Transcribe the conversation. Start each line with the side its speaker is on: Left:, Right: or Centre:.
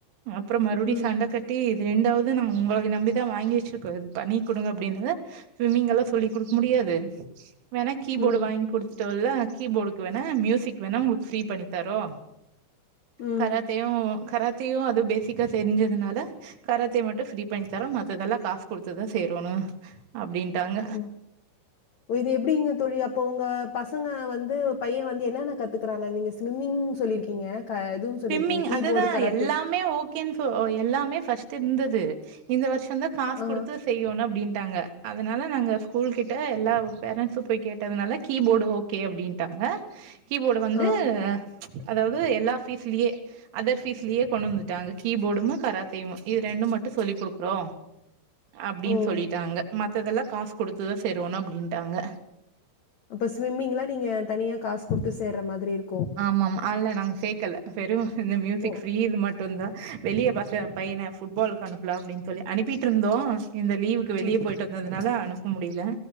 Right: அப்புறம் மறுபடியும்
Left: ம்
Right: சண்ட கட்டி இது ரெண்டாவது நாங்க உங்கள நம்பி தா வாங்கி வெச்சுருக்கோ இது பண்ணி குடுங்க அப்டின்னது ஸ்விம்மிங் கல்லா சொல்லி் குடுக்க முடியாது வேணா கீபோர்டு
Left: ம்
Right: வாய்ங் குடுத் தோட்ல்ல கீபோர்டுக்கு வேணா மியூசிக் வேணா உங்ளுக் ஃப்ரீ பண்ணி தரோ
Left: ம்
Right: கராத்தேயு கராத்தேயு அது பேசிக்கா தெரிஞ்சதுனால கராத்தே மட்டும் ஃப்ரீ பண்ணித் தரோம் மத்ததெல்லா காசு குடுத்துதா சேரோணு அப்டின்ட்டாங்க
Left: ம் இது எப்டிங்க தோழி அப்போ உங்க பசங்க வந்து பையன் வந்து என்னான்ன கத்துக்கறாங்க நீங்க ஸ்விம்மிங்னு சொல்லிருக் கீங்க க இதுவும் சொல்லியிருக்கீங்க,
Right: ஸ்ம்மிங்
Left: கீபோர்டு,
Right: அதுதா
Left: கராத்தே.
Right: எல்லாமே ஓ கேன் சொ எல்லாமே ஃபர்ஸ்ட்டு இருந்தது இந்த வர்ஷோந்தா காசு
Left: ஆ,
Right: குடுத்து செய்யோனு அப்டின்ட்டாங்க அதனால நாங்க ஸ்கூல் கிட்ட எல்லா பேரண்ட்ஸும் போய் கேட்டதுனால கீபோர்டு ஓ கே அப்டின்ட்டாங்க கீபோர்டு வந்து
Left: ஆ.
Right: அதாவது எல்லா ஃபீஸ்லியே அதர் ஃபீஸ்லியே கொண்டு வந்துட்டாங்க கீபோடுமு கராத்தேயும் இது ரெண்டும் மட்டும் சொல்லி குடுக்குறோ அப்டின்னு
Left: ஓ!
Right: சொல்லிட்டாங்க மத்ததெல்லா காசு குடுத்து தா சேர்வோன அப்டின்ட்டாங்க
Left: இப்ப ஸ்விம்மிங் எல்லா நீங்க தனியா காசு குடுத்து சேர்ற மாதிரி இரு
Right: ஆமா ஆமா ஆல்ல நாங்க சேக்கல வெறு இந்த மியூசிக்
Left: ஓ!
Right: ஃப்ரீ இது மட் டுந்தா வெளியே ஃபர்ஸ்ட் என் பையன ஃபுட்பாலுக்கு அனுப்புலா அப்டின்னு சொல்லி அனுப்பிட்டு இருந்தோ இந்த லீவுக் கு
Left: ம்.
Right: வெளிய போயிட்டு வந்ததுனால அனுப்ப முடியல